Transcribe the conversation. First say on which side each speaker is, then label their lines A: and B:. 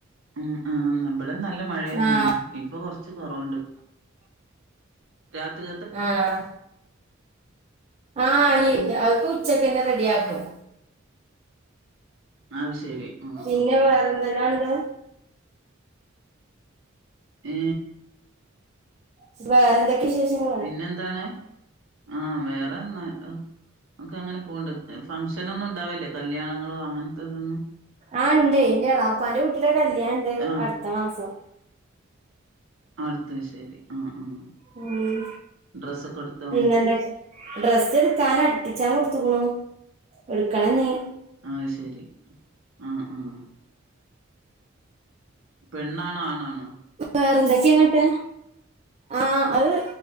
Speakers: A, on the right; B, on the right.
A: ഉം ആഹ ഇവിടെ നല്ല മഴയന്നെനു
B: ആഹ്
A: ഇപ്പൊ കൊറച്ച് കുറവുണ്ട് രാത്രി
B: ആഹ് ആഹ് അലല്ല അക്ക് ഉച്ചക്ക തന്നെ റെഡിയാക്കും
A: അത് ശരി ഉം
B: പിന്നെ
A: ഉം
B: വേറന്തെല്ലാം ഇങ്
A: ഏ
B: <unintelligible> വിശേഷം <unintelligible>
A: പിന്നെന്താണ് ആ വേറെന്ന് ഒക്കെ അങ്ങനെ പോന്ണ്ട് ഫംഗ്ഷനൊന്നും ഉണ്ടാവല്ലേ കല്യാണങ്ങളോ അങ്ങനത്തെതൊന്നും.
B: ആഹ് ഇണ്ടേയ് ഇന്റെ എളാപ്പാന്റെ കുട്ടിടെ കല്ല്യാണണ്ട്
A: ആഹ്
B: അടുത്ത മാസം.
A: അത് ശരി ആഹ് ആഹ്.
B: ഉം
A: ഡ്രസ്സൊക്കെ എടുത്തോ
B: പിന്നെ എന്തൊക്കെ ഡ്രസ്സ് എടുക്കാന അടുപ്പിച്ചാൻ കൊടുത്തുക്കുണു ഇടുക്കണഞ്ഞീ....
A: ആഹ് ശരി ആഹ് ആഹ് പെണ്ണാണോ ആണാണോ......
B: വേറെന്തൊക്കെയങ്ങട്ട് ആഹ് അത്